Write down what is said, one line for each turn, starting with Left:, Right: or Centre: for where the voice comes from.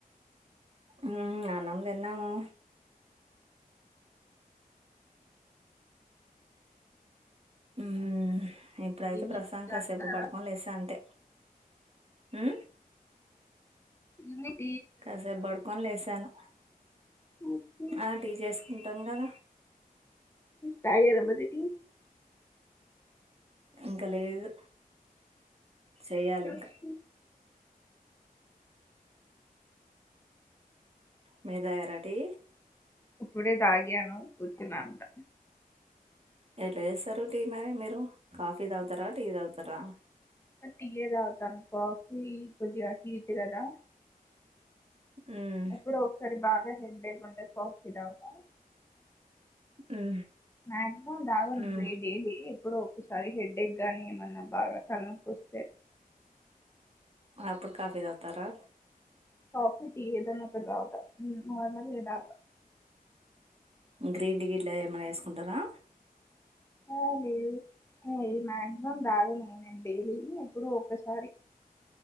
Right: హు మ్ అన్నం తిన్నాము ఉమ్ ఇప్పుడైతే
Left: ఈవినింగ్
Right: ప్రస్తుతాని
Left: టీ
Right: కి కాసేపు
Left: తాగారా
Right: పడుకోని లేెసా అంతే ఉ
Left: ఇన్ని
Right: కాసేపు పడుకొని లేసాను
Left: ఓకే.
Right: ఆ టీచేస్ కుంటాను కదా
Left: తాగార మరి
Right: ఇంకా లేదు చేయాలి ఇంకా
Left: ఓకే.
Right: మేరా రెడీ
Left: ఇప్పుడేదాగేన ఉచనాంద
Right: ఎలా చేస్తారు టీ మర మీరు కాఫీ టీ తాగుతారా టీ తాగుతారా
Left: టీఏ తాగుతా కాఫీ కొంచెం హిట్ కదా
Right: ఉమ్
Left: అప్పుడు ఒకసారి బాగా హెడ్ బేక్ంటే కోక్ ఇదతలా
Right: ఉమ్
Left: మక్సిమం దాగీ
Right: ఉమ్
Left: డైలీ ఎప్పుడ అది హెడేక్ గాని ఏమన్నా బాగా తలనొకి వస్తే
Right: అప్పుడు కాఫీ తాగుతారా
Left: కాఫి ఏదన్నా ఒకడ కావతా నర్మలీ ఏదగా
Right: గ్రీన్ టీ ఇట్లా ఏమనా వేసుకుంటారా
Left: ఆ లేదు మాయాక్సిమం తాగలే నేను డైలీ ఎప్పుడు ఒకసారి